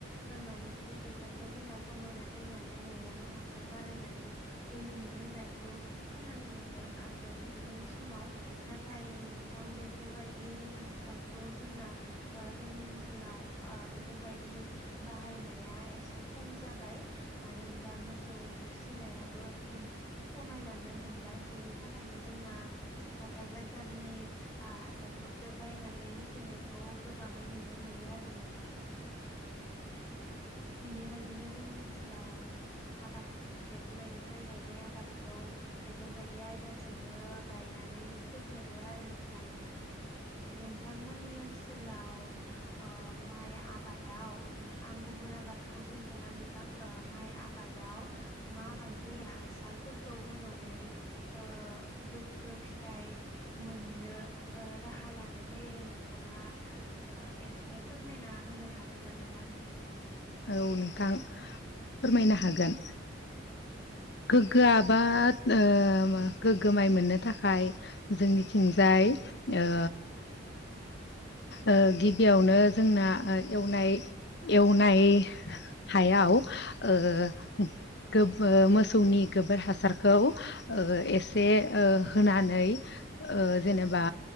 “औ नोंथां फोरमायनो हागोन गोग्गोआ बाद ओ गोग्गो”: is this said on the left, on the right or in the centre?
Left